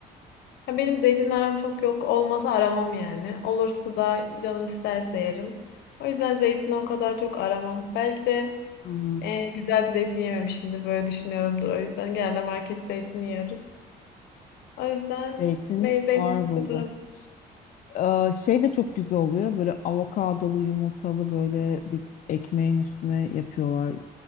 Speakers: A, on the left; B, on the left.
A: Ya benim zeytinle aram çok yok. Olmasa aramam yani. Olursa da canım isterse yerim. O yüzden zeytini o kadar çok aramam. Belki de
B: Hı hı.
A: eee, güzel bir zeytin yememişimdir. Böyle düşünüyorumdur. O yüzden genelde market zeytini yiyoruz. O yüzden
B: Zeytin
A: meyzesini
B: var burada.
A: fotoğraf.
B: Ee, şey de çok güzel oluyor. Böyle avokadolu yumurtalı böyle bir ekmeğin üstüne yapıyorlar.